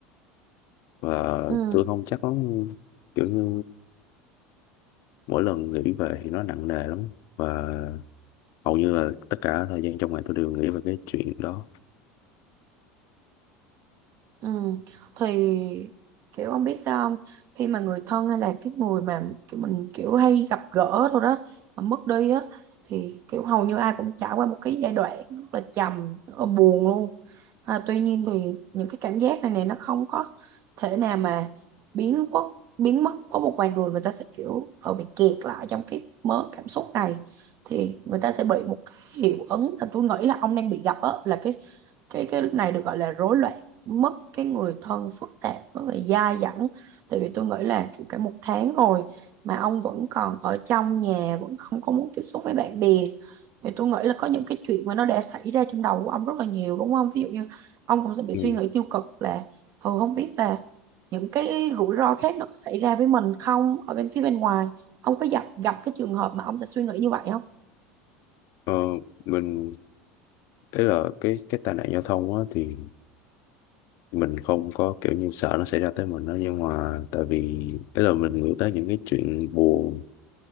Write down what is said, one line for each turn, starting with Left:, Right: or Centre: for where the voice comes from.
Left: và
Right: ừ
Left: tôi không chắc lắm kiểu như mỗi lần nghĩ về thì nó nặng nề lắm và hầu như là tất cả thời gian trong ngày tôi đều nghĩ về cái chuyện đó
Right: Ừ. Thì kiểu ông biết sao không khi mà người thân hay là cái người mà kiểu mình kiểu hay gặp gỡ thôi đó mà mất đi á thì kiểu hầu như ai cũng trải qua một cái giai đoạn rất là trầm rất là buồn luôn à, tuy nhiên thì những cái cảm giác này này nó không có thể nào mà biến quốc biến mất có một vài người người ta sẽ kiểu họ bị kẹt lại trong cái mớ cảm xúc này thì người ta sẽ bị một cái hiệu ứng là tôi nghĩ là ông đang bị gặp á là cái cái cái này được gọi là rối loạn mất cái người thân phức tạp nó bị dai dẳng tại vì tôi nghĩ là kiểu cả một tháng rồi mà ông vẫn còn ở trong nhà vẫn không có muốn tiếp xúc với bạn bè thì tôi nghĩ là có những cái chuyện mà nó đã xảy ra trong đầu của ông rất là nhiều đúng không ví dụ như ông cũng sẽ bị
Left: ừ.
Right: suy nghĩ tiêu cực là ừ không biết là những cái rủi ro khác nó có xảy ra với mình không ở bên phía bên ngoài ông có gặp gặp cái trường hợp mà ông sẽ suy nghĩ như vậy không
Left: Ờ, mình Thế là cái cái tai nạn giao thông á thì mình không có kiểu như sợ nó xảy ra tới mình đó nhưng mà tại vì ấy là mình nghĩ tới những cái chuyện buồn